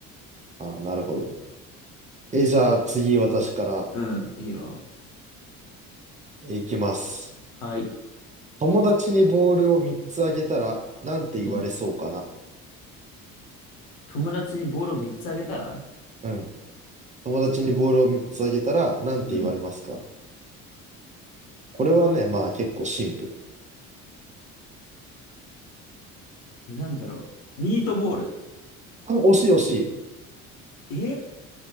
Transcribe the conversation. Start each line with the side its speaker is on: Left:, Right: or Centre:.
Right: ああなるほど。え、じゃあ次私から
Left: うん、いいよ。
Right: えいきます。
Left: はい。
Right: 友達にボールを3つあげたら、なんて言われそうかな。
Left: うん。友達にボールを3つあげたら
Right: うん。友達にボールを3つあげたら、なんて言われますか
Left: うん。
Right: これはね、まあ結構シンプル。
Left: え、なんだろう。ミートボール。
Right: あ、惜しい惜し
Left: え